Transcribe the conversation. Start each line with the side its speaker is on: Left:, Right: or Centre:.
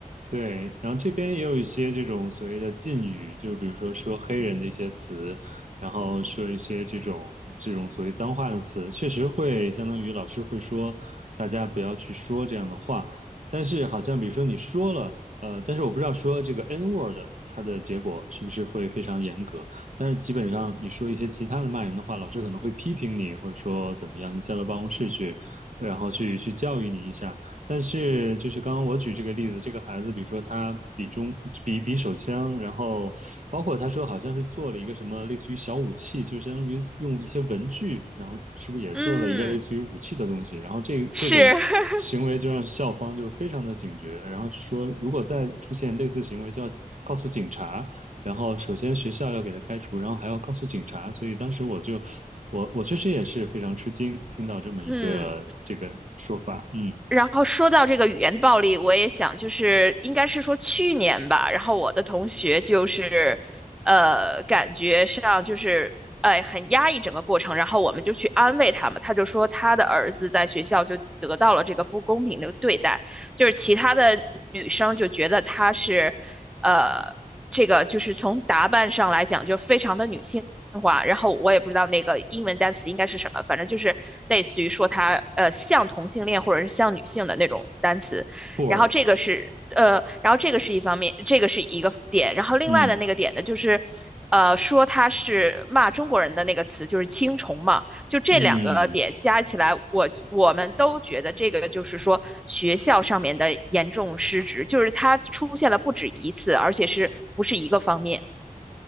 Right: 对，然后这边也有一些这种所谓的禁语，就比如说说黑人的一些词，然后说一些这种这种所谓脏话的词，确实会相当于老师会说大家不要去说这样的话，但是好像比如说你说了，呃，但是我不知道说这个 N word 它的结果是不是会非常严格，但是基本上你说一些其他的骂人的话，老师可能会批评你，或者说怎么样，你叫到办公室去，然后去去教育你一下。但是就是刚刚我举这个例子，这个孩子，比如说他比中比比手枪，然后包括他说好像是做了一个什么类似于小武器，就相当于用一些文具，然后是不是也做了一个类似于武器的东西？
Centre: 嗯。
Right: 然后这这种行为就让校方就是非常的警觉，
Centre: 是，<laughs>
Right: 然后说如果再出现类似行为，就要告诉警察。然后首先学校要给他开除，然后还要告诉警察，所以当时我就我我确实也是非常吃惊，听到这么一个这个说法，
Centre: 嗯，
Right: 嗯。
Centre: 然后说到这个语言的暴力，我也想，就是应该是说去年吧，然后我的同学就是，呃，感觉上就是，哎，很压抑整个过程，然后我们就去安慰他嘛，他就说他的儿子在学校就得到了这个不公平的对待，就是其他的女生就觉得他是，呃，这个就是从打扮上来讲就非常的女性话，然后我也不知道那个英文单词应该是什么，反正就是类似于说它呃像同性恋或者是像女性的那种单词。
Right: poor，
Centre: 然后这个是呃，然后这个是一方面，这个是一个点。然后另外的那个点呢，
Right: 嗯
Centre: 就是呃说他是骂中国人的那个词就是青虫嘛，就这两个点加起来，
Right: 嗯，
Centre: 我我们都觉得这个就是说学校上面的严重失职，就是它出现了不止一次，而且是不是一个方面。